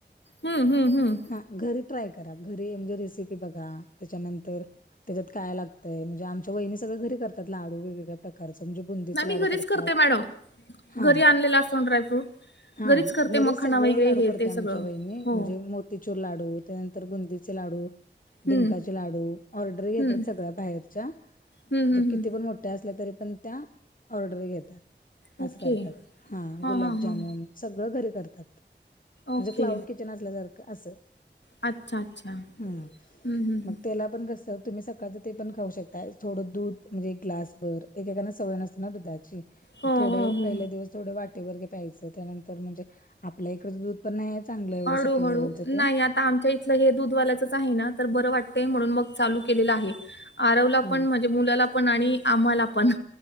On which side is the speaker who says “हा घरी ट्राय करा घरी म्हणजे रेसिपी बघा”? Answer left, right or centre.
Left